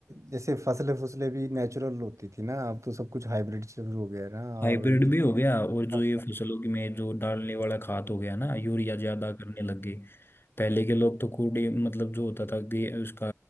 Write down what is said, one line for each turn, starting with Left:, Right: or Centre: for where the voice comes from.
Right: जैसे फसलें फसलें भी नेचुरल होती थी ना अब तो सब कुछ हाइब्रिड शुरू हो गया है ना
Left: हाइब्रिड
Right: और ये
Left: भी हो गया और जो
Right: हाँ
Left: ये फसलों की में जो डालने वाला खाद हो गया ना यूरिया ज्यादा करने लग गए पहले के लोग तो कूड़े मतलब जो होता था कि उसका